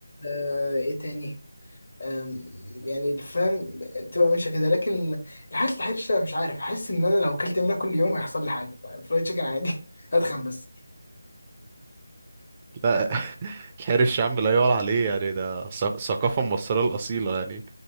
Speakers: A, on the left; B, on the right.
A: آه إيه تاني آم، يعني الفهم تبقى ماشية كده لكن الحاجات الحرشة مش عارف أحس إن أنا لو أكلت منها كل يوم هيحصل لي حاجة <laughs> فرايد تشيكن عادي <laughs> هتخن بس
B: لا <laughs> الحرش يا عم لا يعلى عليه يعني ده ث- ثقافة مصرية الأصيلة يعني